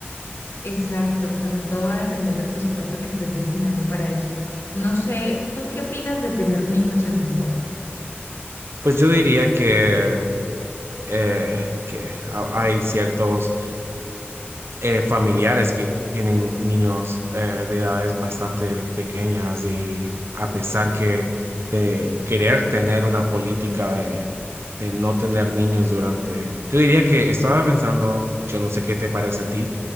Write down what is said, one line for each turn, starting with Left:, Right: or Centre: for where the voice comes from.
Left: Exacto, también todo va a depender del presupuesto que estés destinando para esto. No sé, ¿tú qué opinas de tener niños en tu boda?
Right: Pues yo diría que, eh, que ha- hay ciertos eh, familiares que tienen niños eh, de edades bastante pequeñas y a pesar que de querer tener una política de, de no tener niños durante, yo diría que estaba pensando, yo no sé qué te parece a ti,